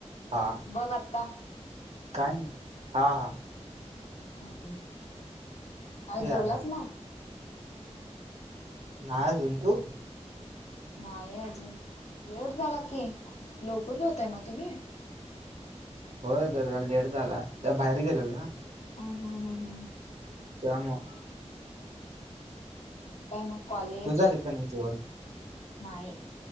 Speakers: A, on the right (about 65°); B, on the left (about 65°).
A: हां
B: बघं आंता
A: कामं नां हां हां
B: हम्मं आणि जेवलासं
A: यायला
B: मगं
A: नांजी जुं तू
B: नाहीं नाहीं अजूंन लेट झाला की लवकर जेवतय ना तुम्ही
A: होंयं जे लेटं झालां त्यां बाहेर गेलेल नां
B: हं हं हं हं
A: त्यांमुळे
B: आणि कायं मंग कॉलेज
A: तुझं झालं का नाही जेवण
B: नाहीं